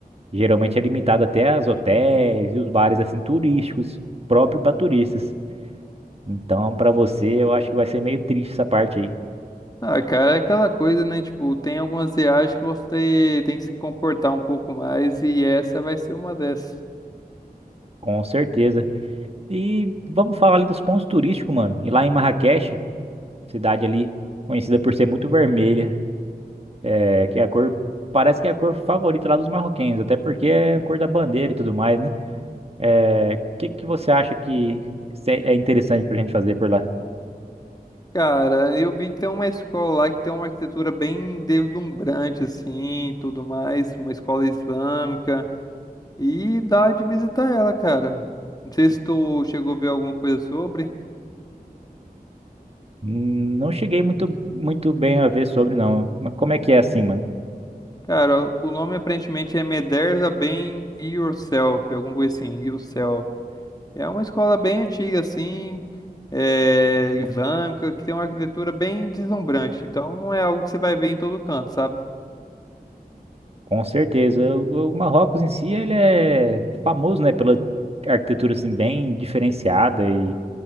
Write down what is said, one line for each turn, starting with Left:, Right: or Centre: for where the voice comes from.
Right: geralmente é limitado até aos hotéis e os bares assim turísticos, próprio para turistas. Então, para você, eu acho que vai ser meio triste essa parte aí,
Left: Ah, cara, é aquela coisa, né? Tipo, tem algumas viagens que você tem que se comportar um pouco mais e essa vai ser uma dessas.
Right: com certeza. E vamos falar ali dos pontos turísticos, mano. E lá em Marrakech, cidade ali conhecida por ser muito vermelha. é, que é a cor, parece que é a cor favorita lá dos marroquinos, até porque é a cor da bandeira e tudo mais, né? É, o que que você acha que se- é interessante pra gente fazer por lá?
Left: Cara, eu vi que tem uma escola lá que tem uma arquitetura bem deslumbrante, assim, e tudo mais, uma escola islâmica. E dá de visitar ela, cara. Não sei se tu chegou a ver alguma coisa sobre.
Right: Não cheguei muito, muito bem a ver sobre, não. Mas como é que é assim, mano?
Left: Cara, o nome aparentemente é Mederza Bem Yourself, alguma coisa assim, Yourself. É uma escola bem antiga, assim, é, islâmica, que tem uma arquitetura bem deslumbrante. Então não é algo que você vai ver em todo canto, sabe?
Right: Com certeza. O, o Marrocos em si, ele é famoso, né, pela arquitetura, assim, bem diferenciada e